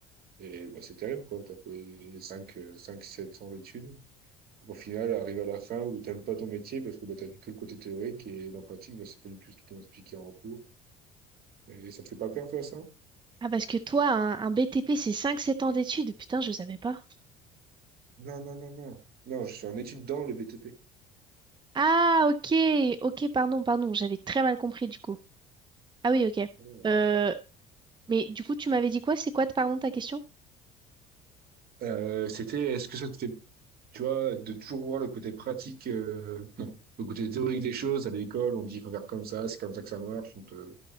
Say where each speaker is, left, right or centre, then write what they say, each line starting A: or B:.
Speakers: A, on the right; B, on the right.
A: Et bah, c'est terrible, quoi. T'as fait cinq, euh, 5, 7 ans d'études. Au final, arrive à la fin où t'aimes pas ton métier parce que bah, t'as vu que le côté théorique et dans la pratique, bah, c'est pas du tout ce qu'ils t'ont expliqué en cours. Et ça te fait pas peur, toi, ça?
B: Ah, parce que toi, un, un BTP, c'est cinq sept ans d'études. Putain, je savais pas.
A: Non, non, non, non. Non, je suis en études dans le BTP.
B: Ah, ok. Ok, pardon, pardon. J'avais très mal compris, du coup. Ah oui, ok.
A: Oh.
B: Euh, mais du coup, tu m'avais dit quoi? C'est quoi, pardon, ta question?
A: Euh, c'était, est-ce que ça te fait tu vois, de toujours voir le côté pratique, euh, non, le côté théorique des choses. À l'école, on dit qu'il faut faire comme ça, c'est comme ça que ça marche. On te